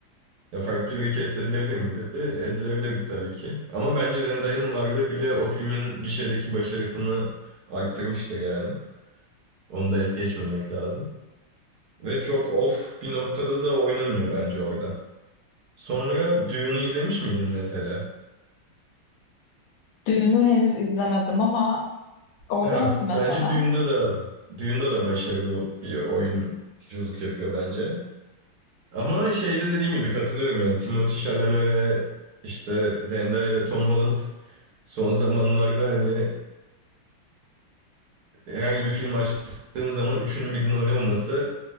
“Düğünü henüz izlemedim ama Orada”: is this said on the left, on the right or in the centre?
Left